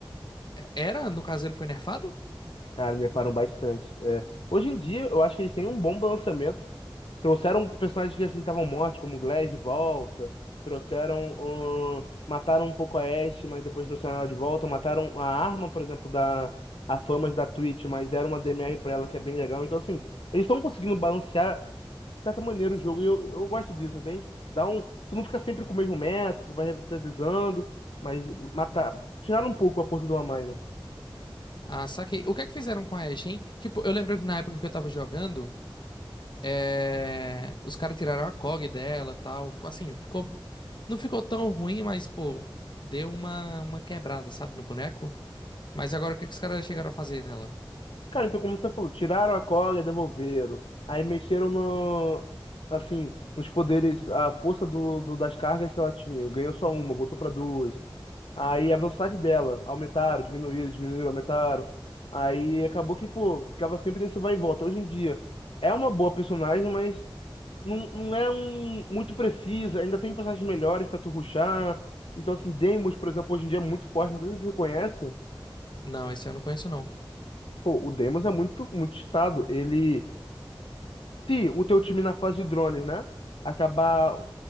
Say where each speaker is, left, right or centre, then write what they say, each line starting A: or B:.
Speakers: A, on the left (about 60°); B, on the left (about 80°).
A: Era, no caso ele foi nerfado?
B: Cara, me param bastante. É, Hoje em dia, eu acho que eles têm um bom balanceamento, Trouxeram personagens que assim estavam mortos, como Glass de volta. Trouxeram. ahn, mataram um pouco a Ashe, mas depois trouxeram ela de volta. Mataram a arma, por exemplo, da. A Famas da Twitch, mas deram uma DMR pra ela que é bem legal. Então, assim, eles estão conseguindo balancear de certa maneira o jogo e eu, eu gosto disso, entende? Dá um. Tu não fica sempre com o mesmo método, vai revitalizando, mas matar. Tiraram um pouco a força do Amai, né?
A: Ah, saquei. O que é que fizeram com a Ashe, hein? Tipo, eu lembro que na época que eu tava jogando, É, Os caras tiraram a COG dela, tal. Assim, ficou. Não ficou tão ruim, mas, pô, deu uma, uma quebrada, sabe, no boneco. Mas agora o que é que os caras chegaram a fazer nela?
B: Cara, então como você falou, tiraram a cola e devolveram. Aí mexeram no, assim, nos poderes, a força do, do- das cargas que ela tinha. Ganhou só uma, voltou para duas. Aí a velocidade dela, aumentaram, diminuíram, diminuíram, aumentaram. Aí acabou que, pô, ficava sempre nesse vai e volta. Hoje em dia, é uma boa personagem, mas não, não é um, muito precisa. Ainda tem personagens melhores para tu rushar. Então, assim, Deimos, por exemplo, hoje em dia é muito forte. Não sei se você conhece.
A: Não, esse eu não conheço, não.
B: Pô, o Deimos é muito, muito estado. Ele Se o teu time na fase de drones, né, acabar